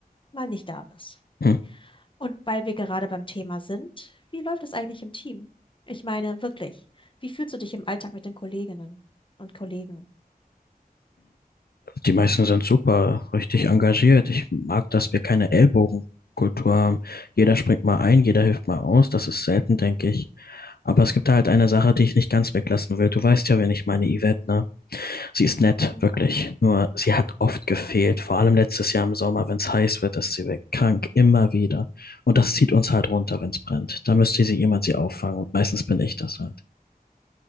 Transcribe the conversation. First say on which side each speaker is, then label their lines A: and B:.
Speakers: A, on the left; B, on the left.
A: mal nicht da bist.
B: Hm.
A: Und weil wir gerade beim Thema sind, wie läuft es eigentlich im Team? Ich meine, wirklich, wie fühlst du dich im Alltag mit den Kolleginnen und Kollegen?
B: Die meisten sind super, richtig engagiert. Ich mag, dass wir keine Ellbogenkultur haben. Jeder springt mal ein, jeder hilft mal aus. Das ist selten, denke ich. Aber es gibt da halt eine Sache, die ich nicht ganz weglassen will. Du weißt ja, wen ich meine, Yvette, ne? Sie ist nett,
A: Mhm.
B: wirklich. Nur sie hat oft gefehlt. Vor allem letztes Jahr im Sommer, wenn es heiß wird, ist sie weg. Krank, immer wieder. Und das zieht uns halt runter, wenn es brennt. Da müsste sie jemand sie auffangen. Und meistens bin ich das halt.